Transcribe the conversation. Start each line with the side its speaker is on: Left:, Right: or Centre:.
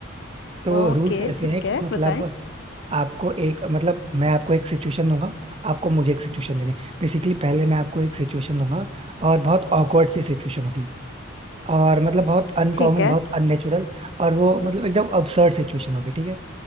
Right: तो
Left: ओके
Right: रूल्स ऐसे
Left: ठीक
Right: हैं कि
Left: है
Right: मतलब
Left: बताएं
Right: आपको एक मतलब मैं आपको एक सिचुएशन दूंगा आपको मुझे एक सिचुएशन देनी बेसिकली पहले मैं आपको एक सिचुएशन दूंगा और बहुत ऑकवर्ड सी सिचुएशन होगी और मतलब बहुत अनकॉमन
Left: ठीक है
Right: बहुत अननेचुरल और वो मतलब एकदम अबसर्ड सिचुएशन होगी ठीक है